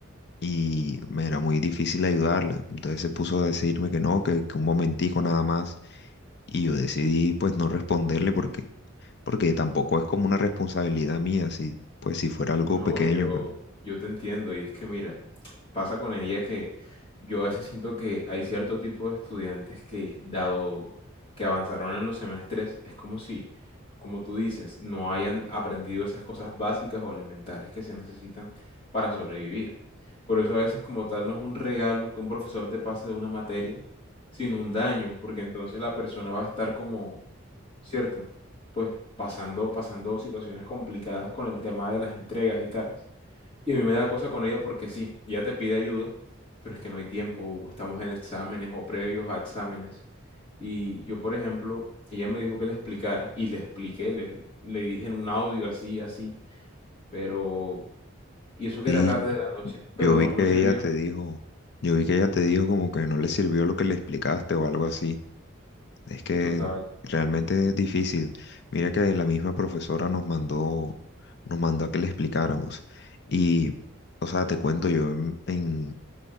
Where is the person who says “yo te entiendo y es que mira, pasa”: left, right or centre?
Left